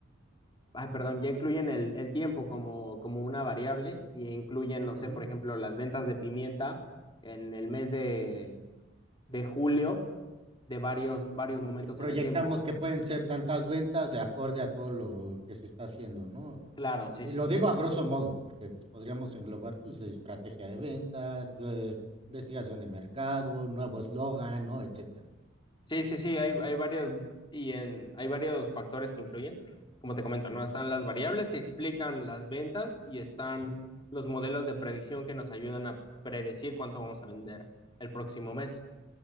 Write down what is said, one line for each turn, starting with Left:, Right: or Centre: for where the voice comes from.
Left: ay, perdón, ya incluyen el, el tiempo como, como una variable y incluyen,
Right: ujú,
Left: no sé, por ejemplo, las ventas de pimienta en el mes de, de julio de varios, varios
Right: ujú.
Left: momentos
Right: Y proyectamos
Left: en el tiempo.
Right: que pueden ser tantas ventas de acorde a todo lo que se está haciendo, ¿no?
Left: Claro, sí,
Right: Y
Left: sí,
Right: lo
Left: sí.
Right: digo a grosso modo, porque pues, podríamos englobar, pues, estrategia de ventas, eh, investigación de mercado, nuevo eslogan, ¿no? Etcétera.
Left: Sí, sí, sí, hay, hay varios, y en, hay varios factores que influyen. Como te comento,
Right: Ujú,
Left: ¿no? Están las variables que explican las ventas y están
Right: ujú.
Left: los modelos de predicción que nos ayudan a predecir cuánto vamos a vender el próximo mes.